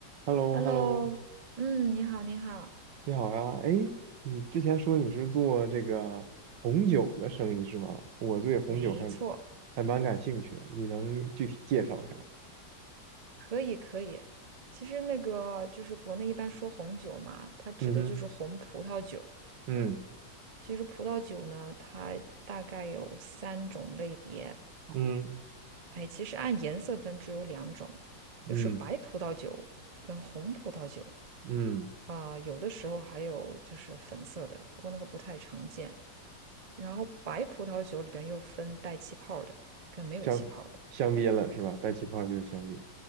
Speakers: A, on the right (about 75°); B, on the right (about 50°).
A: h e l l o
B: Hello，
A: h e l l o
B: 嗯，你好，你好，
A: 你好呀。哎，你之前说你是做这个红酒的生意是吗？我对红酒还
B: 没错，
A: 还蛮感兴趣的，你能具体介绍一下吗？
B: 可以，可以。其实那个就是国内一般说红酒嘛，它指的就是红葡萄酒。
A: 嗯哼，嗯
B: 其实葡萄酒呢，它大概有三种类别。
A: 嗯
B: 哎，其实按颜色分只有两种，
A: 嗯
B: 就是白葡萄酒跟红葡萄酒
A: 嗯，
B: 啊、有的时候还有就是粉色的，不过那个不太常见。然后白葡萄酒里边又分带气泡的跟没有气泡的。
A: 香香槟了是吧？带气泡就是香槟。